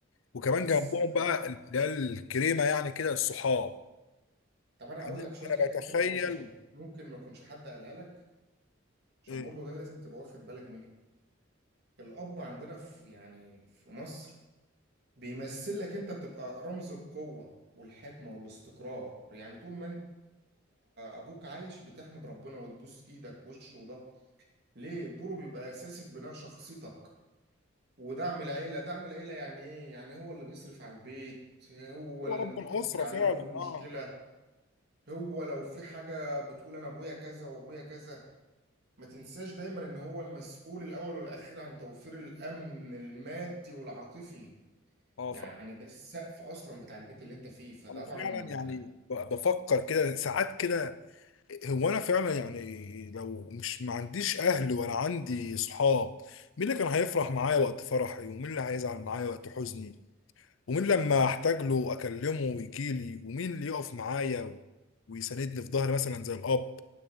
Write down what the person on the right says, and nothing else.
بص
انت ابوك
طب انا
هقول لك شويه
حاجات
كده برضه عشان ممكن ما يكونش حد قالها لك عشان
برضه ده لازم تبقى واخد بالك منها الاب عندنا في يعني في مصر بيمثل لك انت بتبقى رمز القوه والحكمه والاستقرار يعني طول ما انت ابوك عايش بتحمد ربنا وتبوس ايدك وشه وده ليه الدور بيبقى اساسي في بناء شخصيتك ودعم العيله دعم العيله يعني ايه يعني هو اللي بيصرف على البيت هو
اللي
بتروح
تجري عليه
لو في مشكله
هو لو في حاجه بتقول انا ابويا كذا وابويا كذا ما تنساش دايما ان هو المسؤول الاول والاخير عن توفير الامن المادي والعاطفي
يعني
ده السقف اصلا بتاع البيت اللي انت فيه فطبعا